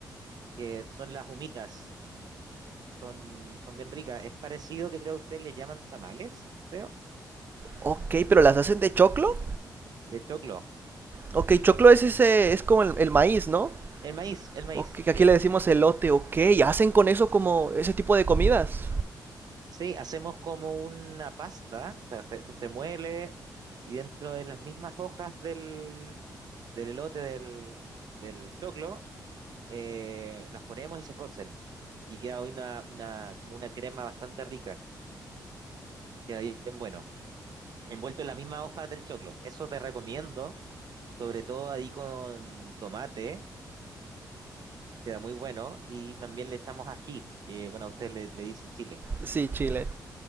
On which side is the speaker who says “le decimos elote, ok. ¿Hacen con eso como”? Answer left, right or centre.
Right